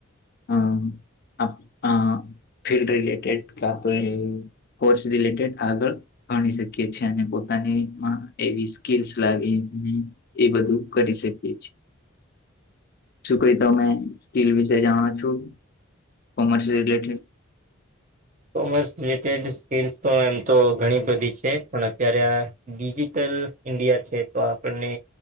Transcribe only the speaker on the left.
હમ ફીલ્ડ રિલેટેડ ક્યા તો કોર્સ રિલેટેડ આગળ ગણી શકી છેએ અને પોતાનીમાં એવી સ્કીલ લાવી એ બધું કરી શકીએ છીએ. શું કઈ તો અમે સ્કીલ વિશે જાણો છું commerce related?